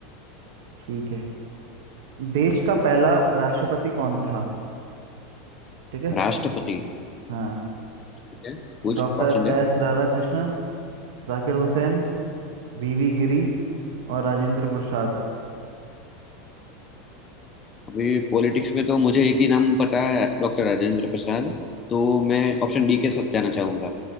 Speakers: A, on the right; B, on the left.
A: ठीक है देश का पहला राष्ट्रपति कौन था ठीक है
B: राष्ट्रपति
A: हाँ
B: ठीक है पूछ
A: Doctor
B: ऑप्शन दे
A: S Radha Krishna Zakir Hussain V गिरी और राजेंद्र प्रसाद
B: अभी पॉलिटिक्स में तो मुझे एक ही नाम पता है डॉक्टर राजेंद्र प्रसाद तो मैं ऑप्शन डी के साथ जाना चाहूंगा